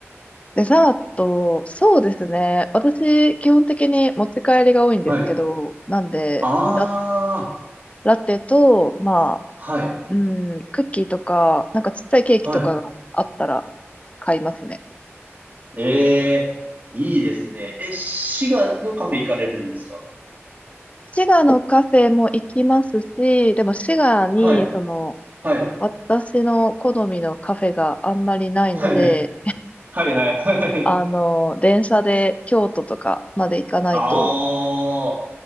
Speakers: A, on the left (about 25°); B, on the right (about 40°).
A: デザート、そうですね。私、基本的に持ち帰りが多いんですけど、
B: はい。
A: なんで、
B: ああ、
A: ラ、ラテと、まあ、
B: はい、
A: うん、クッキーとか、なんかちっちゃいケーキとかがあったら
B: はい。
A: 買いますね。
B: ええ、いいですね。え、滋賀のカフェ行かれるんですか
A: 滋賀のカフェも行きますし、でも滋賀に、
B: はい、
A: その、
B: はい、
A: 私の好みのカフェがあんまりないので、
B: はい、はい、はい。はい
A: あの、電車で京都とかまで行かないと、
B: ああ、